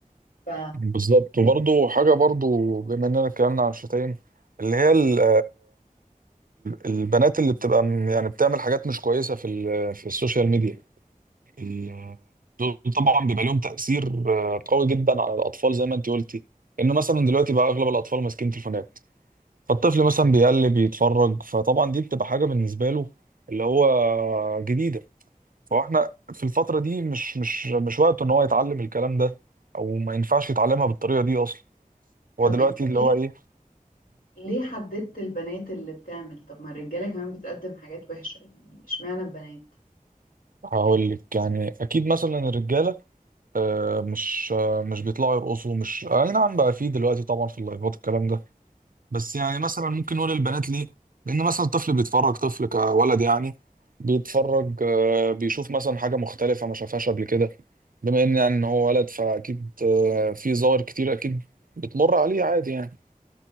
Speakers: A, on the left; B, on the right.
A: ف
B: بالظبط وبرضه حاجة برضه بما إننا اتكلمنا عن الشتايم اللي هي ال- البنات اللي بتبقى م- يعني بتعمل حاجات مش كويسة في ال- في السوشيال ميديا ال- دول طبعا بيبقى لهم تأثير آه، قوي جدا على الأطفال زي ما أنت قلتي إنه مثلا دلوقتي بقى أغلب الأطفال ماسكين تليفونات فالطفل مثلا بيقلب يتفرج فطبعا دي بتبقى حاجة بالنسبة له اللي هو جديدة فاحنا في الفترة دي مش مش مش وقته إن هو يتعلم الكلام ده أو ما ينفعش يتعلمها بالطريقة دي أصلا
A: طب
B: هو دلوقتي
A: انت
B: اللي
A: ليه
B: هو إيه
A: ليه حددت البنات اللي بتعمل طب ما الرجاله كمان بتقدم حاجات وحشه يعني اشمعنى البنات
B: هقول لك يعني أكيد مثلا الرجالة آه، مش آه، مش بيطلعوا يرقصوا مش آه، اي نعم بقى فيه دلوقتي طبعا في اللايفات الكلام ده بس يعني مثلا ممكن نقول البنات ليه لان مثلا الطفل بيتفرج طفل كولد يعني بيتفرج آه، بيشوف مثلا حاجه مختلفه ما شافهاش قبل كده بما ان يعني إن هو ولد فاكيد آه، في ظواهر كتير اكيد بتمر عليه عادي يعني